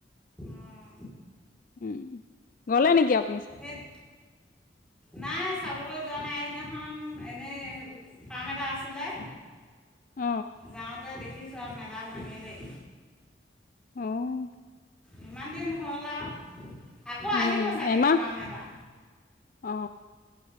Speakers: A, in the centre; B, on the left.
A: অঁ
B: উম', গ'লে নেকি আক
A: সেইত নাই চাবলৈ যোৱা নাই সেই সেইদিনাখন এনেই কাম এটা আছিলে।
B: অ
A: যাওঁতে দেখি দেখিছঁ মেলা ভাঙিলেই।
B: অঁ',
A: ইমান দিন হল আৰু। আকৌ আহিব
B: উম
A: চাগে
B: এমাহ
A: কিবা মেলা।
B: অ